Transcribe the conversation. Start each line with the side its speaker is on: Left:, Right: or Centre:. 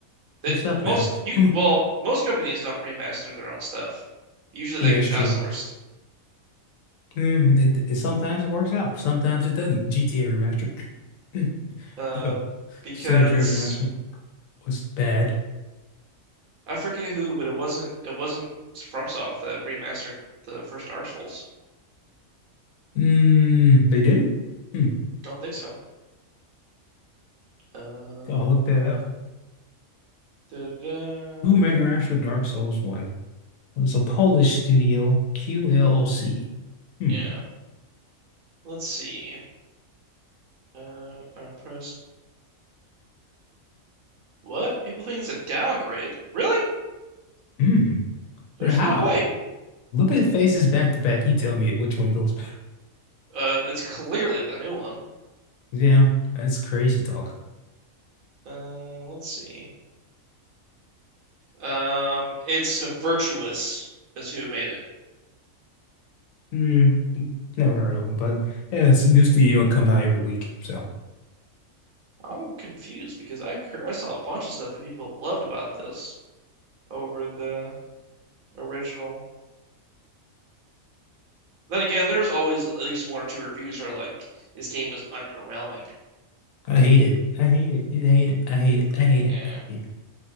Right: That
Left: They suck
Right: most
Left: now.
Right: you
Left: Who
Right: well, most companies don't remaster their own stuff. Usually
Left: Yeah,
Right: that gets
Left: it's true.
Right: outsourced.
Left: Mm, it, it sometimes it works out, sometimes it doesn't. GTA remastered, <coughs> <clears throat>
Right: Uh, because
Left: San Andreas remastered was bad.
Right: I forget who, but it wasn't it wasn't FromSoft that remastered the first Dark Souls.
Left: Mm, they didn't? Hmm.
Right: Don't think so. Um,
Left: I'll look that up.
Right: Da-da-da.
Left: Who remastered Dark Souls 1? It was a Polish studio, QLOC. Hmm.
Right: Yeah. Let's see. Uh, I'm press. What? People think it's a downgrade. Really?
Left: Hmm.
Right: There's
Left: Or how?
Right: no way.
Left: Look at faces back to back. You tell me which one looks better.
Right: Uh, it's clearly the new one.
Left: Yeah, that's crazy talk.
Right: Uh, let's see. Um, it's Virtuous is who made it.
Left: Hmm. Never heard of them, but yeah, it's a new studio come out every week. So.
Right: I'm confused because I I saw a bunch of stuff that people loved about this over the original. Then again, there's always at least one or two reviews that are like, this game was underwhelming.
Left: I hate it. I hate it. I hate it. I hate it. I hate
Right: Yeah.
Left: it. I hate